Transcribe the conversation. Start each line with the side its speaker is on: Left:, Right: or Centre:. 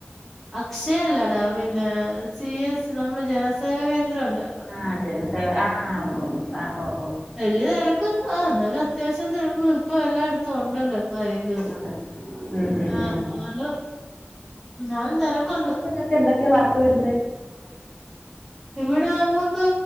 Centre: അക്ഷയ അല്ലടാ പിന്നെ സി എസ് നമ്മുടെ ജനസേവ കേന്ദ്രം ഉണ്ട്
Right: ആഹ് ജനസേവ ആഹ് ഉവ്വ ആഹ് ഓ ഓ
Centre: വലിയ തിരക്കുണ്ട് ആഹ് എന്നാല് അത്യാവശ്യം തിരക്കും ഇപ്പൊ എല്ലായിടത്തും ഉണ്ടല്ലോ കാര്യ ണ്ട്
Right: അതെ ഉം, ഉം,
Centre: ആഹ്
Right: ഉം.
Centre: അതുണ്ട് എന്നാലും തെരക്കുണ്ട്
Right: പ്പോ എന്തൊക്കെയ വർക്ക് വരുന്നെ
Centre: ഇവിടെ നമ്മക്ക്